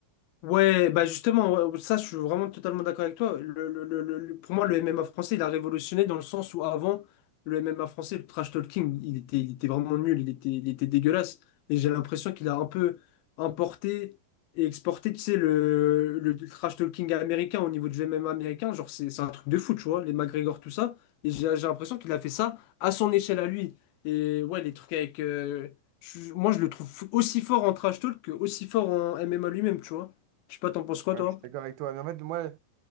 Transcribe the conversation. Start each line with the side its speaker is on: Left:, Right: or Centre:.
Left: Ouais, bah justement, ouais, ouais, ça, je suis vraiment totalement d'accord avec toi. Le, le- le- le- le- pour moi, le MMA français, il a révolutionné dans le sens où avant, le MMA français, le trash talking, il était, il était vraiment nul, il était, il était dégueulasse. Et j'ai l'impression qu'il a un peu importé et exporté, tu sais, le, le trash talking américain au niveau du MMA américain. Genre, c'est, c'est un truc de fou, tu vois, les McGregor, tout ça. Et j'ai j'ai l'impression qu'il a fait ça à son échelle à lui. Et ouais, les trucs avec. euh, je- moi, je le trouve aussi fort en trash talk que aussi fort en MMA lui-même, tu vois. Je sais pas, t'en penses quoi,
Right: Ouais,
Left: toi?
Right: je suis d'accord avec toi. Mais en fait, moi.